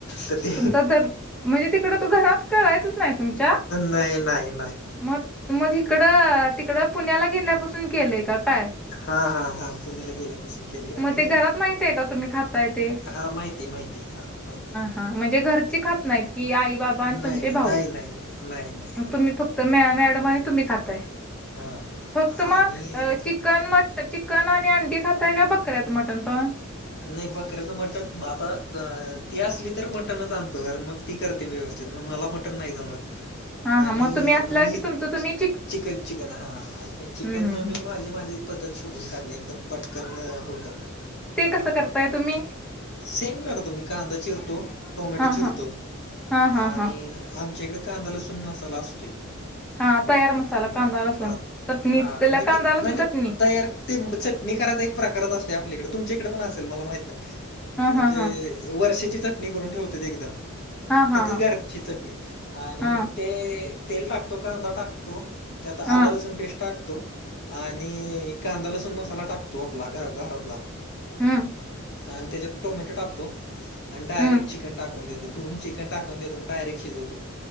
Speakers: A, on the left (about 55°); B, in the centre.
A: तर ते
B: तुमचा तर म्हणजे तिकडं तो घरात करायचच नाही तुमच्या?
A: नाही नाही नाही
B: मग मग हिकडं तिकडं पुण्याला गेल्यापासून केलंय का काय?
A: हा हा हा. पुण्याला गेल्यापासून केले, आणि
B: मग ते घरात माहित आहे का तुम्ही खाताय ते
A: हा माहिती माहिती हां. माहिती
B: हं. म्हणजे घरची खात नाहीत. की आई बाबा आणि
A: नाही
B: तुमचे भाऊ,
A: नाही नाही नाही नाही हां
B: तुम्ही फक्त. तर मॅ मॅडम तुम्ही खाताय.
A: हां
B: फक्त म
A: आणि
B: हे चि चिकन मट चिकन आणि, अंडी खाताय काय बकऱ्याच मटण पण.
A: नाही बकऱ्याचं मटण आता‌ ती असली, तर मटणच आणतो कारण मग. ती करते मी व्यवस्थित, मग मला मटण नाही जमत.
B: हा हा
A: आणि
B: तुम्ही असला
A: मग मी
B: की तुमचं तुम्ही
A: चिकन चिकन हा, आणि चिकन
B: हम्म हम्म
A: मग
B: हम्
A: मी माझी माझी. पद्धत शोधून काढलंय, एकदम पटकन होतं.
B: ते
A: अ
B: कसं करताय तुम्ही?
A: सेम करतो मी कांदा चिरतो टोमॅटो
B: हा
A: चिरतो
B: हा हा हा
A: आणि
B: हा
A: आमच्या इकडं कांदा लसूण मसाला असतोय.
B: हा तयार मसाला
A: मग
B: कांदा लसूण
A: हां
B: चटणी
A: हां..
B: त्याला
A: म्हणजे
B: कांदा
A: नाही
B: लसूण
A: नाही
B: चटणी
A: तयार. ते चटणी करायच एक प्रकारच असतोय आपल्याकडे, तुमच्या इकडे पण असेल मला माहित नाही
B: हा
A: म्हणजे.
B: हा हा
A: वर्षाची चटणी करून, ठेवत्यात एकदम.
B: हा हा
A: तर ती घरची चटणी, आणि
B: हा
A: मग ते तेल टाकतो कांदा टाकतो. खातो त्यात आलं
B: हा
A: लसूण पेस्ट. टाकतो. आणि कांदा लसूण मसाला टाकतो, आपला घरातला.
B: हम्म.
A: आणि त्याच्यात टोमॅटो टाकतो, आणि डायरेक्ट
B: हम्म
A: चिकन टाक धुवून चिकन टाकून देतो, डायरेक्ट शिजवतो.